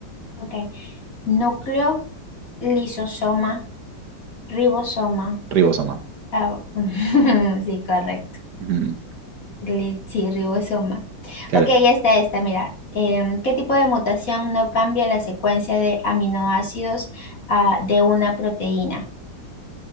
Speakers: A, on the left; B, on the right.
A: Ok. Núcleo, lisosoma, ribosoma,
B: Ribosoma.
A: Ah, <laughs> sí, correcto.
B: Ujú,
A: Li- Sí, ribosoma.
B: Claro.
A: Ok, esta, esta, mira. Em, ¿qué tipo de mutación no cambia la secuencia de aminoácidos ah, de una proteína?